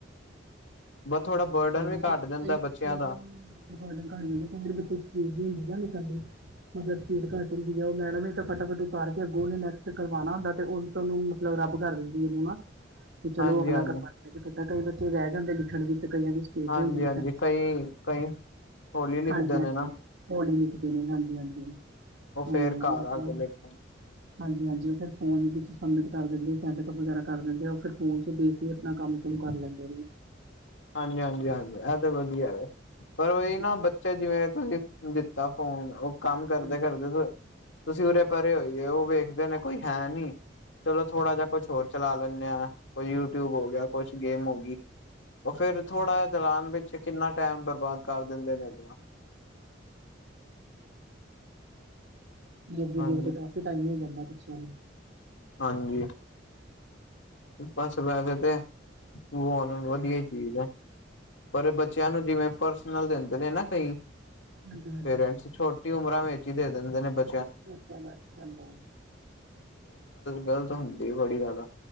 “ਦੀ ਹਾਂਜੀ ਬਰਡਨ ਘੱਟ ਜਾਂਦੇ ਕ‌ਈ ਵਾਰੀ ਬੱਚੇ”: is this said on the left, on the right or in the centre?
Right